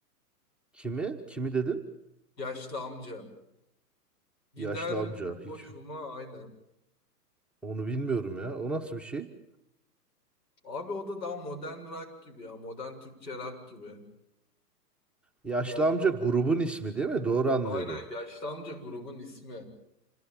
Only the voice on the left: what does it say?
Yaşlı amca. Gider
boşuma aynen.
Abi o da daha modern rock gibi ya. Modern Türkçe rock gibi.
Güzel.
Aynen yaşlı amca grubun ismi.